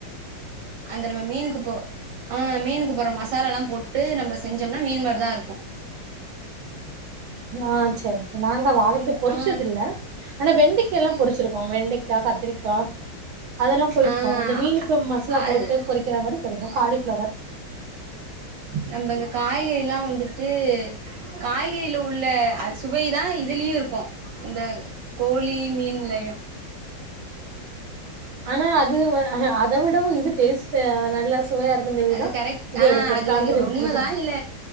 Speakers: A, on the right; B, on the right.
A: அந்த நம்ம மீனுக்கு போ ஆ மீனுக்கு போட்ற மசாலால்லா போட்டு நம்ம செஞ்சோம்னா மீன் மாரிதா இருக்கு
B: ஆ சரி சரி நாங்க வாழைக்க
A: நம்ம
B: பொறுச்சதில்ல
A: ஆ
B: ஆனா வெண்டிக்கால்லா பொரிச்சிருக்கோ வெண்டைக்கா கத்திரிக்கா அதெல்லா பொறிப்போ
A: ஆ
B: அந்த மீனுக்கு மசாலா போட்டு
A: அது
B: பொறிக்கிற மாரி பொறிப்போ காலிஃப்ளவர்
A: நம்ம இந்த காய்கறில்லா வந்துட்டு காய்கறில உள்ள அ துவை தா இதுலயு இருக்கு இந்த கோழி மீன்லயு
B: ஆனா அது வ அது அத விடவு இது டேஸ்ட் நல்ல சுவையா இருக்கு அந்த மாரி
A: அது
B: தா
A: கரெக்ட்
B: இது
A: ஆ
B: எடுக்கிறது
A: அது
B: காய்கறி
A: உண்
B: எடுக்கதுல்ல
A: உண்மதா இல்ல